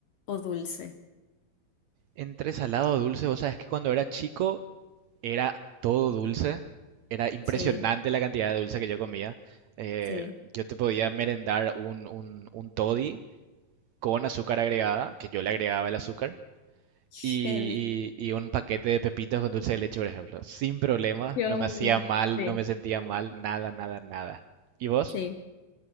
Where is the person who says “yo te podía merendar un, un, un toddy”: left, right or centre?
Right